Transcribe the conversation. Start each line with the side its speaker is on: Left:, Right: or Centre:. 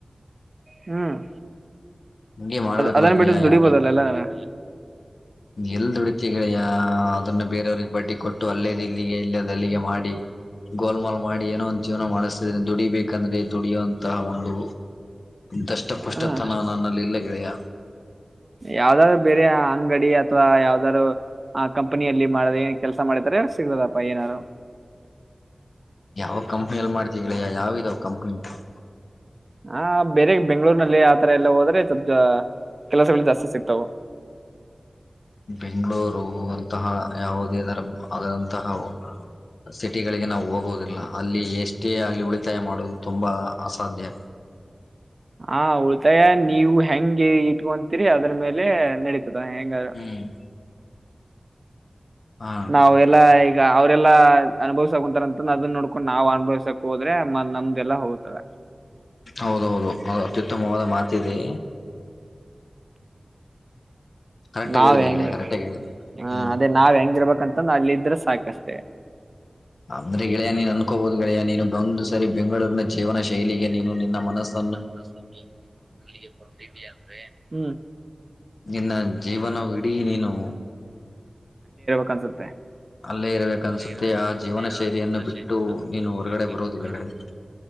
Right: ಹ್ಮ್
Left: ಹಂಗೆ ಮಾಡ್ಬೇಕಲ್ಲ
Right: ಅದನ್
Left: ಗೆಳೆಯ
Right: ಬಿಟ್ಟು ದುಡಿಬೋದಲ್ಲ ಎಲ್ಲಾ ನಾವ
Left: ಎಲ್ ದೊಡ ಅದನ್ನು ಬೇರೆಯವ್ರಿಗೆ ಬಡ್ಡಿ ಕೊಟ್ಟು ಅಲ್ಲೇದು ಇಲ್ಲಿಗೆ ಇಲ್ಲ ಅಲ್ಲಿಗೆ ಮಾಡಿ ಗೋಲ್ಮಲ್ ಮಾಡಿ ಏನೋ ಒಂದು ಜೀವನ ಮಾಡಿಸ್ತೇನೆ ದುಡಿಬೇಕಂದ್ರೆ ದುಡಿಯುವಂತಹ ಒಂದು ದಷ್ಟಪುಷ್ಟ
Right: ಹ್ಮ್
Left: ದಷ್ಟಪಸ್ಟ ನನ್ನಲ್ಲಿ ಇಲ್ಲ ಗೆಳೆಯ
Right: ಯಾವ್ದಾದ್ರು ಬೇರೆ ಅಂಗಡಿ ಅಥವಾ ಯಾವ್ದಾರರು ಆ ಕಂಪನಿಯಲ್ಲಿ ಮಾಡ ಏನ್ ಕೆಲಸ ಮಾಡಿದಾರೆ ಸಿಗ್ತದಪ್ಪ ಏನಾರು
Left: ಯಾವ ಕಂಪನಿ ಮಾಡ್ದೆ ಗೆಳೆಯ ಯಾವ ಇದಾವ ಕಂಪನಿ ಗೆಳೆಯ
Right: ಹ ಬೇರೆ ಬೆಂಗಳೂರು ಆತರ ಎಲ್ಲಾ ಹೋದ್ರೆ ಇತ ಕೆಲಸಗಳು ಜಾಸ್ತಿ ಸಿಗ್ತಾವ
Left: ಬೆಂಗಳೂರು ಅಂತಹ ಯಾವುದೇ ಇದರ ಆದಂತಹ ಸಿಟಿ ಸಿಟಿಗಳಿಗೆ ನಾವು ಹೋಗೋದಿಲ್ಲ ಅಲ್ಲಿ ಎಷ್ಟೇ ಆಗ್ಲಿ ಉಳಿತಾಯ ಮಾಡುವುದು ತುಂಬಾ ಅಸಾಧ್ಯ.
Right: ಹ ಉಳತಾಯ ನೀವು ಹೆಂಗೆ ಇಟ್ಕೊಂತೀರಿ ಅದ್ರ ಮೇಲೆ ನಡಿತ್ ಅದ ಹೆಂಗರ.
Left: ಹ್ಮ್ ಹಾ
Right: ನಾವು ಎಲ್ಲಾ ಈಗ ಅವರೆಲ್ಲಾ. ಅನುಭವ್ಸಕ್ ಕುಂತಾರ ಅಂತಂದ ಅದನ್ನ ನೋಡ್ಕೊಂಡ್ ನಾವ್ ಅನುಭವ್ಸಕ್ ಹೋದ್ರೆ ನಮ್ದದೆಲ್ಲ ಹೋತದ.
Left: ಹೌದೌದು ಅದು ಅತ್ಯುತ್ತಮವಾದ ಮಾತಿದೆ. ಕರೆಕ್ಟಾಗಿ
Right: ನಾವ್
Left: ಹೇಳಿದೆ
Right: ಹೆಂಗ
Left: ಗೆಳೆಯ ಕರೆಕ್ಟಾಗಿ ಹೇಳಿದೆ
Right: ಹ
Left: ಹ್ಮ್
Right: ಅದೇ ನಾವ್ ಹೆಂಗ ಇರ್ಬೇಕಂತಂದ ಅಲ್ಲಿ ಇದ್ರ ಸಾಕಷ್ಟೆ.
Left: ಅಂದ್ರೆ ಗೆಳೆಯ ನೀನ್ ಅನ್ಕೋಬಹುದು ಗೆಳೆಯಾ ನೀನು ಒಂದ್ ಸರಿ ಬೆಂಗಳೂರಿನ ಜೀವನ ಶೈಲಿಗೆ ನೀನು ನಿನ್ನ ಮನಸ್ಸ
Right: ನಿನ್ನ ಮನಸನ್ನು ಅಲ್ಲಿಗೆ ಕೊಟ್ಟಿದೀಯ ಅಂದ್ರೆ ಹ್ಮ್.
Left: ನಿನ್ನ ಜೀವನ ಇಡಿ ನೀನು.
Right: ಕಾಣಸುತ್ತೆ.
Left: ಅಲ್ಲೇ ಇರಬೇಕ ಅನ್ಸುತ್ತೆ
Right: ಅಲ್ಲೆ ಇರಬೇಕ
Left: ಆ
Right: ಅನಿಸುತ್ತೆ
Left: ಜೀವನ ಶೈಲಿಯನ್ನು
Right: ಆ ಜೀವನ
Left: ಬಿಟ್ಟು
Right: ಶೈಲಿ ಅನ್ನು ಬಿಟ್ಟು
Left: ನೀನು ಹೊರಗಡೆ
Right: ನೀನು
Left: ಬರುವುದಿಲ್ಲ
Right: ಹೊರಗಡೆ
Left: ಗೆಳೆಯ